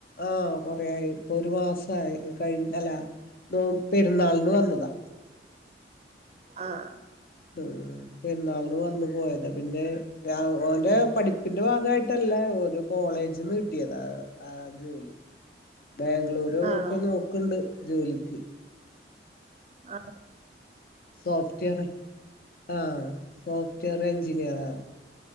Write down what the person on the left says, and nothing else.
ആ കൊറേയി ഇപ്പൊ ഒരു മാസായി കഴി അല്ല മോ പെരുന്നാൾന് വന്നതാ
ഊം പെരുന്നാൾന് വന്ന് പോയത് പിന്നെ ഓന്റെ പഠിപ്പിന്റെ ഭാഗായിട്ടല്ല ഓരോ കോളേജ്ന്ന് കിട്ടിയതാ ആ ജോലി ബാംഗ്ലൂരു
ഒക്കെ നോക്കണ്ട് ജോലിക്ക്
സോഫ്റ്റ്വെയർ ആഹ സോഫ്റ്റ്വെയർ എഞ്ചിനിയറാ